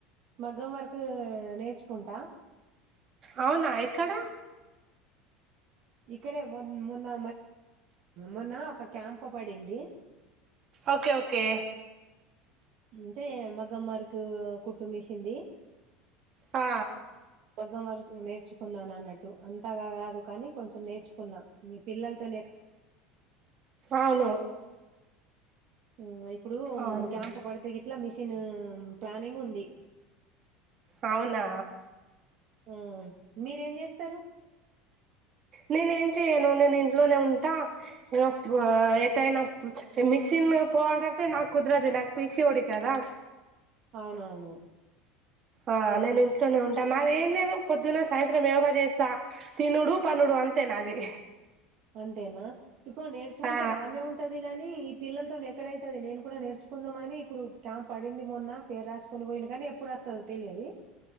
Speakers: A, on the right (about 55°); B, on the right (about 40°).
A: మగ్గం వర్క్ ఉ నేర్చుకుంటా
B: అవునా ఎక్కడ
A: ఇక్కడే మొన్న మొన్న ఒక క్యాంప్ పడింది
B: ఓకే ఓకే
A: అంతే మగ్గం వర్క్ కుట్టుమిషింది
B: ఆ
A: మగ్గం వర్క్ నేర్చుకున్నాను అన్నట్టు అంతగా కాదు కానీ కొంచెం నేర్చుకున్నా పిల్లలతో
B: అవును
A: మ్మ్ యే ఇప్పుడు
B: అవును
A: క్యాంప్ పడితే గిట్లా మిషన్ ప్లానింగ్ ఉంది
B: అవునా
A: ఆ మీరేం చేస్తారు
B: నేను ఏం చెయను నేను ఇంట్లోనే ఉంటా ఓ ఆ ఎటైన మిషిన్ పో అంటే నాకు కుదరదు నాకు పీసీఓడి కదా
A: అవునవును
B: ఆ నేను ఇంట్లోనే ఉంటాను నాది ఏం లేదు పొద్దున్న సాయంత్రం యోగా చేస్తా తినుడు పండుడు అంతే నాది
A: నేర్చుకుంటే
B: ఆ
A: బాగానే ఉంటది గాని ఈ పిల్లలతో ఎక్కడైతది నేను కూడా నేర్చుకుందాం అని ఇప్పుడు క్యాంప్ పడింది మొన్న పేరు రాసుకొని పోయిండు కానీ ఎప్పుడు వస్తదో తెలియదు